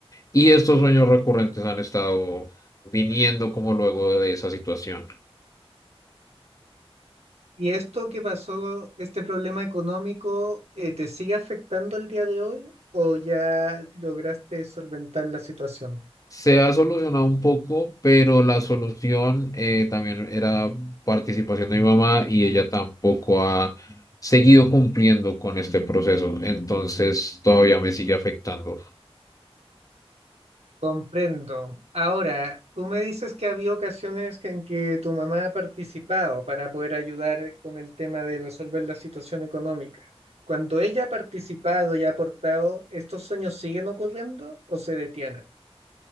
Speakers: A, on the left; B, on the right.
A: Y estos sueños recurrentes han estado viniendo como luego de esa situación.
B: ¿Y esto que pasó, este problema económico, eh, te sigue afectando el día de hoy o ya lograste solventar la situación?
A: Se ha solucionado un poco, pero la solución eh, también era participación de mi mamá y ella tampoco ha seguido cumpliendo con este proceso. Entonces todavía me sigue afectando.
B: Comprendo. Ahora, tú me dices que había ocasiones que- en que tu mamá ha participado para poder ayudar con el tema de resolver la situación económica. Cuando ella ha participado y ha aportado, ¿estos sueños siguen ocurriendo o se detienen?